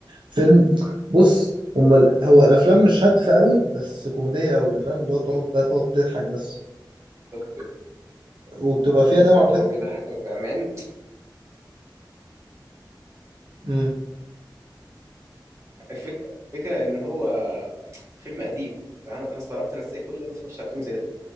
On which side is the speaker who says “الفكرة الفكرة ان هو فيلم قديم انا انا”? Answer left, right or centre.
Right